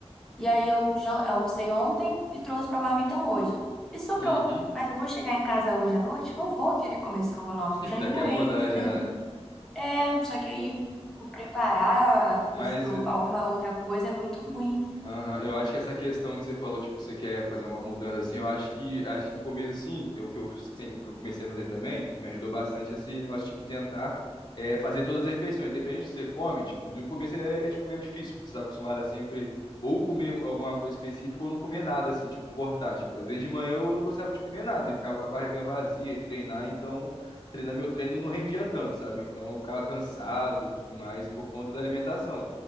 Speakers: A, in the centre; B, on the left.
A: E aí eu jan- almocei ontem e trouxe pra marmita hoje. E sobrou.
B: uhum.
A: Mas eu vou chegar em casa hoje à noite, não vou querer comer estrogonofe,
B: <laughs>
A: eu já
B: Já
A: enjoei,
B: quer mudar
A: <laughs> entendeu?
B: já, né?
A: É, só que aí o preparar o-
B: Mas
A: o- alguma outra coisa é muito ruim.
B: Aham, eu acho que essa questão que você falou, tipo, que você quer fazer alguma mudança, assim, eu acho que, acho que do começo, assim, eu, que eu, sem- o que eu comecei a fazer também, que me ajudou bastante, esse negócio tipo, tentar é, fazer todas as refeições, independente do que você come, tipo, de um começo é, é, tipo, é difícil, porque você tá acostumado a sempre ou comer alguma coisa específica ou não comer nada, assim, tipo, cortar, tipo, às vezes de manhã eu não gostava de comer nada e ficava com a barriga vazia e treinar, então, treinar meu treino não rendia tanto, sabe? Então, eu ficava cansado, tudo mais, por conta da alimentação.